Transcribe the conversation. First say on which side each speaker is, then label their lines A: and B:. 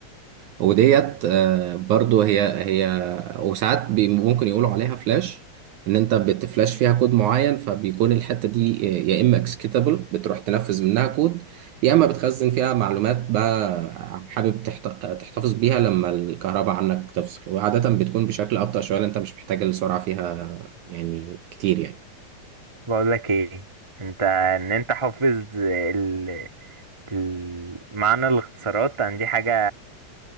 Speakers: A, on the right; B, on the right.
A: وديت آه، برضو هي هي وساعات بي- ممكن يقولوا عليها فلاش ان انت بتفلاش فيها كود معين فبيكون الحتة دي آه، يا اما اكسكيتابل بتروح تنفذ منها كود يا اما بتخزن فيها معلومات بقى حابب تحت- تحتفظ بيها لما الكهرباء عنك تفصل وعادة بتكون بشكل ابطأ شوية لأن انت مش محتاج السرعة فيها يعني كتير يعني
B: بقول لك ايه انت ان انت حافظ ال... ال... معنى الاختصارات عن دي حاجة